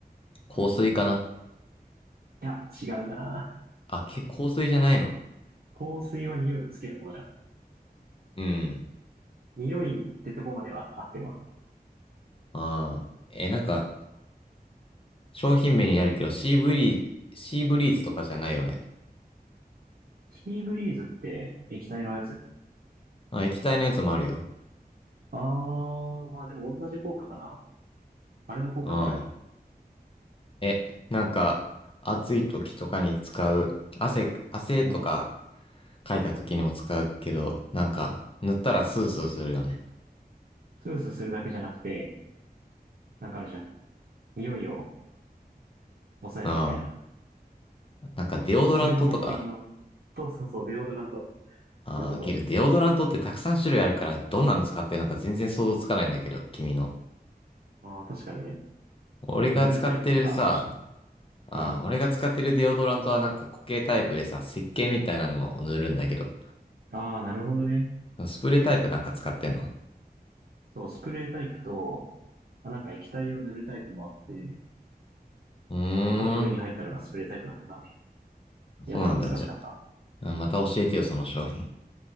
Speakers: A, on the left; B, on the right.
A: 香水かな。
B: うん。いや、違うな。
A: あ、け、香水じゃないの
B: 香水は匂いをつけるものじゃん。
A: うん。
B: 匂いってとこまでは合ってるわ。
A: ああ。え、なんか、商品名になるけど、シーブリー、シーブリーズとかじゃないよね。
B: キーブリーズって液体のやつ。
A: あ、液体のやつもあるよ。
B: あー、まあでも同じ効果かな。あれの効果って何
A: ああ。え、なんか、暑い時とかに使う、汗、汗とか
B: うん。
A: かいた時にも使うけど、なんか、塗ったらスースーするよね。
B: スースーするだけじゃなくて、なんかあるじゃん。匂いを抑えるみたいな。
A: ああ。なんか、デオドラントとか。
B: それが目的の。そうそうそう、デオドラント。
A: ああ、
B: そういうこと。
A: けどデオドラントってたくさん種類あるから、どんなの使ってるのか全然想像つかないんだけど、君の。
B: ああ、確かにね。
A: 俺が使ってるさ、
B: まあ塗るタイプとかあるしね。
A: ああ、
B: うん。あ
A: 俺が使ってるデオドラントはなんか固形タイプでさ、石鹸みたいなのを塗るんだけど、
B: あ、なるほどね。
A: スプレータイプなんか使ってんの。
B: そう、スプレータイプと、まあ、なんか液体を塗るタイプもあって、
A: うー
B: まあ、パッと目に入ったのがスプレータイプだったからね。
A: ん、
B: いや、
A: そうなんだ。
B: ちょっと難しかったわ。
A: じゃ、うんまた教えてよ、その商品。